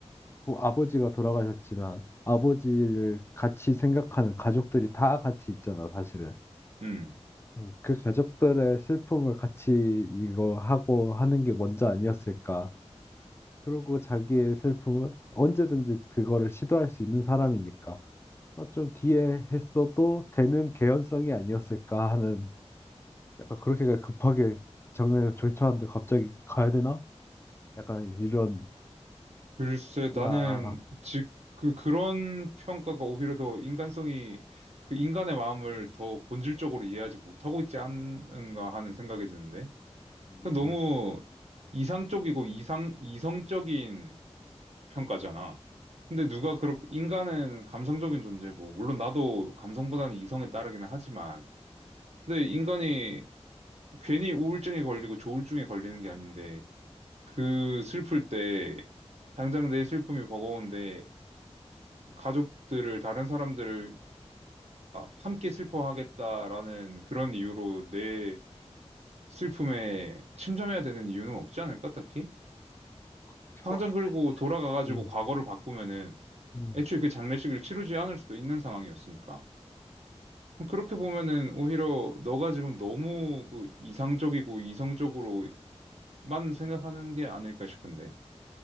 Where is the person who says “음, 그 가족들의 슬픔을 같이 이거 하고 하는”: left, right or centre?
Left